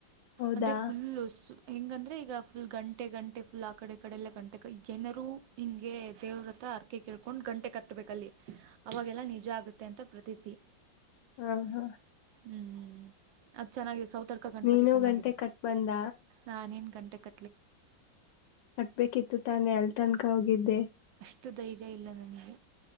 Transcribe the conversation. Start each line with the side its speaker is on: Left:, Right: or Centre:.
Left: ಹೌದಾ
Right: ಅಂದ್ರೆ ಫುಲ್ಲ ಹಿಂಗಂದ್ರೆ ಈಗ ಫುಲ್ ಗಂಟೆ ಗಂಟೆ ಫುಲ್ ಆ ಕಡೆ ಕಡೆ ಎಲ್ಲ ಗಂಟೆ ಜನರು ಹಿಂಗೆ ದೇವ್ರಥ ಅರ್ಕೆ ಕೇಳ್ಕೊಂಡು ಗಂಟೆ ಕಟ್ಟಬೇಕಲ್ಲಿ ಅವಾಗೆಲ್ಲ ನಿಜ ಆಗುತ್ತೆ ಅಂತ ಪ್ರತೀತಿ
Left: ಹ್ಮ ಹಾ
Right: ಹ್ಮ್ ಅದ್ ಚೆನ್ನಾಗಿದೆ ಸೌತಡ್ಕ ಗಣಪತಿ
Left: ನೀನು
Right: ಚೆನ್ನಾಗಿದೆ
Left: ಗಂಟೆ ಕಟ್ ಬಂದ
Right: ನಾನು ಏನು ಗಂಟೆ <inaudible>
Left: ಕಟ್ಟಬೇಕಿತ್ತುತಾನೆ ಅಲ್ ತನ್ಕ ಹೋಗಿದ್ದೆ
Right: ಅಷ್ಟು ಧೈರ್ಯ ಇಲ್ಲ ನನಗೆ